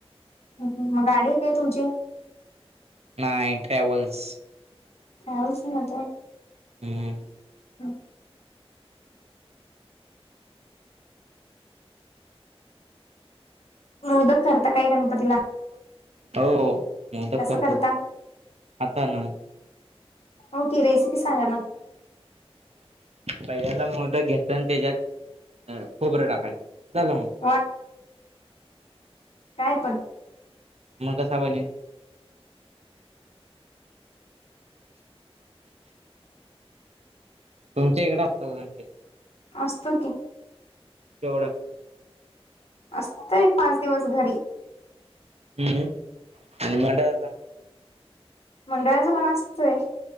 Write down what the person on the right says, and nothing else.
नाही ट्रॅव्हल्स
हम्
हो मोदक
करतो
आता ना
पहिल्याला मोदक घ्याचा आणि त्याच्यात खोबरं टाकायचं झालं म
मग कसा बनेल तुमच्या इकडें असतं का गणपती.
केवढा
हम्म आणि मंडळाचा.